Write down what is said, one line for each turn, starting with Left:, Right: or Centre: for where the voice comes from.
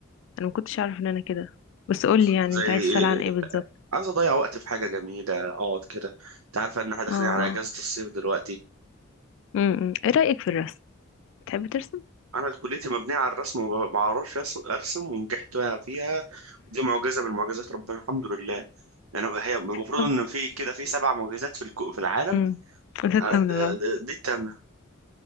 Left: انا ما كنتش اعرف ان انا كده بس قولي يعني
Right: زي
Left: انت عايز تسأل عن ايه بالظبط
Right: عايز اضيع وقت في حاجه جميله اقعد كده انت عارف ان احنا داخلين
Left: اه آه.
Right: على اجازه الصيف دلوقتي
Left: امم ايه رأيك في الرسم بتحب ترسم
Right: انا كليتي مبنيه على الرسم وما بعرفش أس- ارسم ونجحت فيها دي معجزه من معجزات ربنا الحمد لله يعني هي المفروض
Left: طب
Right: ان في كده في سبع معجزات في الكو- في العالم
Left: امم تتمنى
Right: أنا- د-
Left: بقى
Right: د- دي التامنة